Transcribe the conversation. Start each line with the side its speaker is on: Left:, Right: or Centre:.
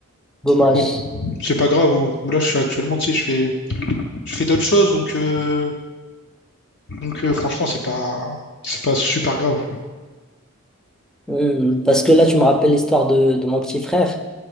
Centre: Dommage.
Left: Mais bon, c'est pas grave. hein. Là, je suis actuellement, tu sais, je fais Je fais d'autres choses, donc, euh, donc euh, franchement, c'est pas, c'est pas super grave.
Centre: Hmm. Parce que là, tu me rappelles l'histoire de, de mon petit frère.